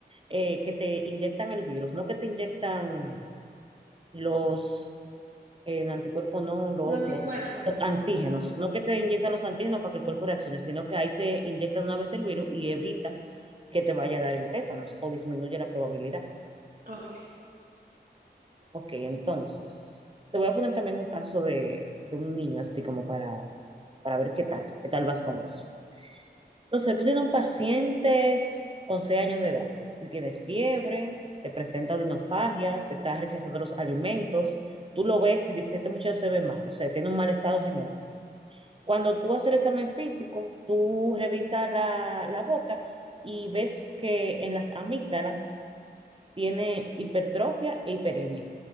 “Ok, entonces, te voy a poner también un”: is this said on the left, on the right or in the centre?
Right